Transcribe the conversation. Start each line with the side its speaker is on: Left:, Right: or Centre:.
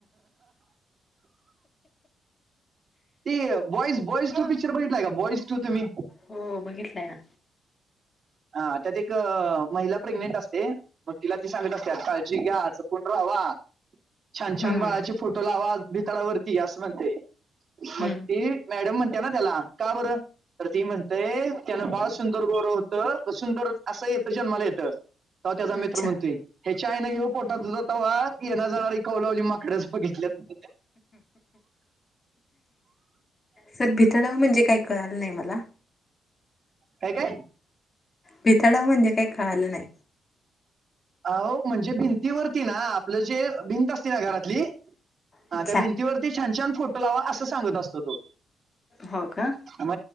Right: ते बॉस बॉइस टू पिक्चर बघितलंय का बॉईस टू तुम्ही.
Left: हो बघितलाय ना.
Right: हा त्यात एक महिला प्रेग्नेंट असते. मग तीला ति सांगत असत्या काळजी घ्या जपून राहावा. छान छान
Left: हम्म
Right: बाळाचे फोटो लावा भितडावरती असं म्हणते मग
Left: हम्म.
Right: ती. मॅडम म्हणते ना त्याला का बरं तर ती म्हणतेय त्यान बाळ सु सुंदर गोर होत असं येत जन्माला येत जन्माला येत तव्हा त्याचा मित्र
Left: अच्छा.
Right: म्हणतोय ह्याच्या आईनं ह्यो पोटात होता तवा येणारी जानारी कौलावली माकडच बघितल्यात.
Left: सर भितडाव म्हणजे काही कळाल नाही मला.
Right: काय काय.
Left: भितडावर म्हणजे काही कळालं नाय.
Right: अहो म्हणजे भिंत ती वरती ना आपलं जे भिंत असत ना घरातली
Left: अच्छा.
Right: हा त्या भिंतीवरती. छान छान फोटो लावा असं सांगत असतो तो.
Left: हो का.
Right: म